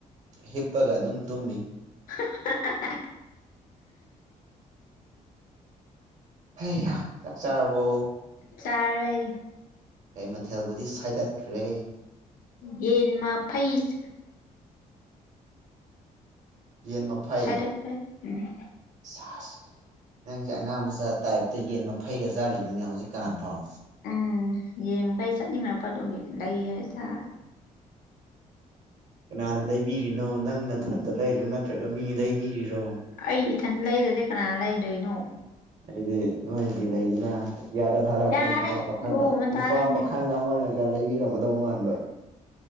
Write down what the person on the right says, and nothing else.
ꯍꯤꯞꯄꯒ ꯑꯗꯨꯝ ꯇꯨꯝꯃꯤ
ꯍ ꯆꯥꯛ ꯆꯥꯔꯕꯣ
ꯀꯩ ꯃꯊꯦꯜꯕꯨꯗꯤ ꯁꯥꯏꯗꯠꯈ꯭ꯔꯦ
ꯌꯦꯟ ꯃꯐꯩ
ꯁꯦꯠ ꯅꯪꯁꯦ ꯑꯉꯥꯡ ꯃꯆꯥ ꯇꯥꯏꯞꯇ ꯌꯦꯟ ꯐꯩꯒ ꯆꯥꯔꯤꯅꯤꯅꯦ ꯍꯧꯖꯤꯛꯀꯥꯟ ꯐꯥꯎ
ꯀꯅꯥꯅ ꯂꯩꯕꯤꯔꯤꯅꯣ ꯅꯪꯅ ꯊꯟꯗ ꯂꯩꯔꯤꯔꯣ ꯅꯠꯇ꯭ꯔꯒ ꯃꯤ ꯂꯩꯕꯤꯔꯤꯔꯣ
ꯍꯥꯏꯗꯤ ꯅꯣꯏꯒꯤ ꯂꯩꯗꯅ ꯑꯇꯤꯌꯥꯗ ꯊꯥꯔꯛꯄ
ꯅꯨꯄꯥ ꯄꯥꯈꯪ
ꯅꯨꯄꯥ
ꯄꯥꯈꯪ ꯑꯃꯅ ꯀ ꯂꯩꯕꯤꯔꯝꯒꯗꯧ ꯃꯥꯟꯕ